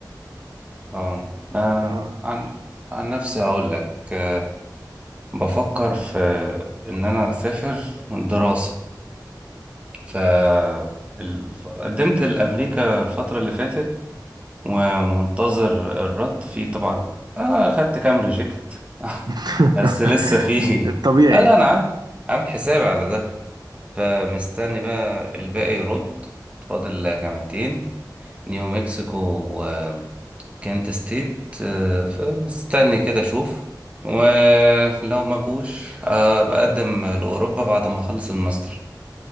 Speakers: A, on the right (about 15°); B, on the right (about 65°).
A: اه انا
B: تمام
A: عن عن نفسي هقول لك آه، بفكر في ان انا اسافر دراسة ف ال- ف- قدمت لامريكا الفترة اللي فاتت ومنتظر الرد فيه طبعا آه خدت كام ريجكت
B: <laughs>
A: <laughs> بس لسه فيه
B: الطبيعي
A: قال انا عامل عامل حسابي على ده فمستني بقى الباقي يرد فاضل جامعتين نيو مكسيكو وكنت ستيت آه، فمستني كده اشوف ولو ما جوش آه، بقدم لأوروبا بعد ما اخلص الماستر